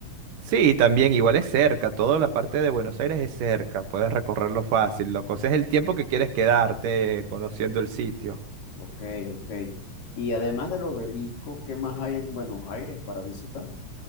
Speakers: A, on the right (about 75°); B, on the left (about 85°).
A: Sí, también igual es cerca, toda la parte de Buenos Aires es cerca, puedes recorrerlo fácil, Lo Ese es el tiempo que quieres quedarte eh, conociendo el sitio.
B: Ok, ok. Y además del obelisco, ¿qué más hay en Buenos Aires para visitar?